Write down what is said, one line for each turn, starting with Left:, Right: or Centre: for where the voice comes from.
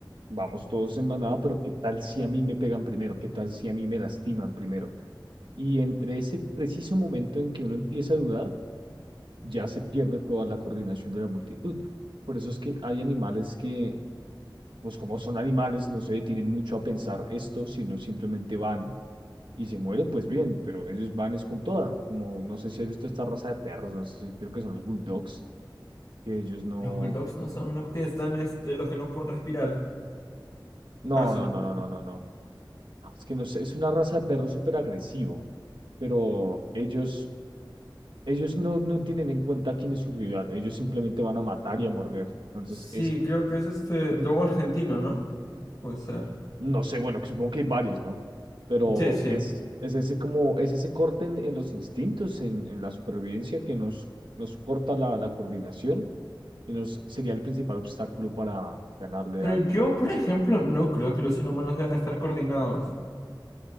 Right: vamos todos en manada, pero ¿qué tal si a mí me pegan primero? ¿Qué tal si a mí me lastiman primero? Y entre ese preciso momento en que uno empieza a dudar, ya se pierde toda la coordinación de la multitud. Por eso es que hay animales que, pues como son animales, no se detienen mucho a pensar esto, sino simplemente van y si mueren, pues bien, pero ellos van es con toda. Como no sé si has visto esta raza de perros, no sé si creo que son los bulldogs, que ellos no.
Left: los bulldogs no son los que están, este, los que no pueden respirar.
Right: No,
Left: Ah, son
Right: no,
Left: los
Right: no,
Left: pug.
Right: no, no, no, no. Es que no sé, es una raza de perro súper agresivo, pero ellos, ellos no, no tienen en cuenta quién es su rival, ellos simplemente van a matar y a morder. Entonces,
Left: Sí, creo que es este lobo argentino, ¿no? Puede ser.
Right: No sé, bueno, supongo que hay varios, ¿no? Pero
Left: Sí, sí.
Right: es, es ese como, es ese corte en, en los instintos, en, en la supervivencia que nos, nos corta la, la coordinación y nos sería el principal obstáculo para ganarle
Left: Pero
Right: al,
Left: yo,
Right: al,
Left: por ejemplo, no creo que los inhumanos deban estar coordinados.